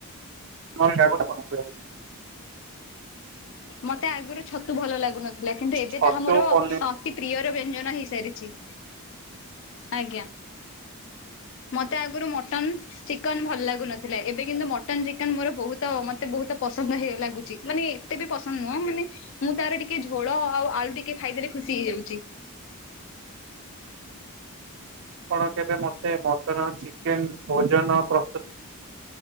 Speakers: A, on the right; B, on the left.
A: <unintelligible>
B: ମତେ ଆଗରୁ ଛତୁ ଭଲ ଲାଗୁନଥିଲା। କିନ୍ତୁ ଏବେ
A: ଛତୁ
B: ତାହା ମୋର
A: ପନିର
B: ଅତି ପ୍ରିୟର ବ୍ୟଞ୍ଜନ ହେଇସାରିଛି ଆଜ୍ଞା। ମତେ ଆଗରୁ ମଟନ୍ ଚିକେନ ଭଲ ଲାଗୁନଥିଲା। ଏବେ କିନ୍ତୁ ମଟନ ଚିକେନ ମୋର ବୋହୁତ ମତେ ବୋହୁତ ପସନ୍ଦ ହେ ଲାଗୁଛି ମାନେ ଏତେ ବି ପସନ୍ଦ ନୁହଁ ମାନେ ମୁଁ ତାର ଟିକେ ଝୋଳ ଆଉ ଆଳୁ ଟିକେ ଖାଇଦେଲେ ଖୁସି ହେଇଯାଉଛି।
A: କଣ କେବେ ମତେ ମଟନ୍ ଚିକେନ ଭୋଜନ ପ୍ରସ୍ତୁତ